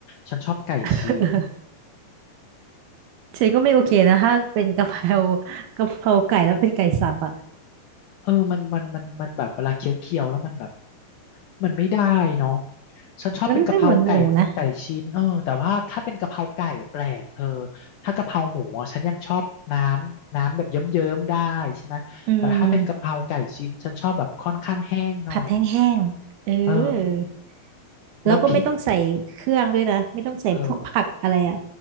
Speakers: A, on the left; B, on the right.
A: ฉันชอบไก่ชิ้น
B: า ฉันก็ไม่โอเคนะถ้าเป็นกะเพรา <laughs> กะเพราไก่แล้วเป็นไก่สับอ่ะ
A: เออมันมันมันมันแบบเวลาเคี้ยวๆแล้วมันแบบมันไม่ได้เนาะฉันชอบเป็นกะเพราไก่ไก่ชิ้นเออแต่ว่าถ้าเป็นกะเพราไก่แปลกเธอ
B: มันไม่เหมือนหมูนะ
A: ถ้ากะเพราหมูอะฉันยังชอบน้ำน้ำแบบเยิ้มๆได้ใช่ไหมแต่ถ้าเป็นกะเพราไก่ชิ้นฉันชอบแบบค่อนข้างแห้งหน่อย
B: อืมผัดแห้งๆเออ
A: เออ
B: แล้วก็ไม่ต้องใส่เครื่องด้วยนะไม่ต้องใส่พวกผักอะไรอ่ะ
A: แล้วพริกเออ